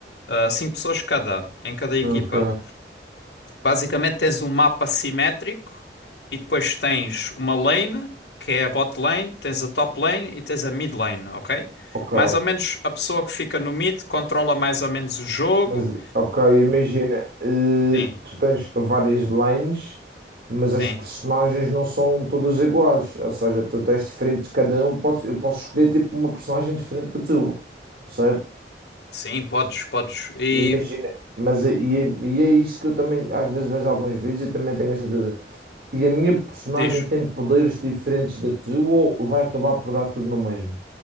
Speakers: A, on the left; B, on the right.
A: ah, cinco pessoas cada, em cada equipa.
B: Ok.
A: Basicamente tens um mapa simétrico e depois tens uma lane, que é a bot lane, tens a top lane e tens a mid lane, ok?
B: Ok.
A: Mais ou menos a pessoa que fica no mid controla mais ou menos o jogo.
B: Mas, ok, imagina. eh,
A: Sim,
B: tu tens várias lanes, mas as
A: sim.
B: personagens não são todas iguais. Ou seja, tu tens diferentes. Cada um, posso, eu posso escolher tipo uma personagem diferente da tua. Certo?
A: Sim, podes, podes. E
B: E Imagina, mas é- e, é- e é isso que eu também às vezes vejo alguns vídeos e também tenho essa dúvida. E a minha personagem
A: diz:
B: tem poderes diferentes da tua ou vai acabar por dar tudo no mesmo?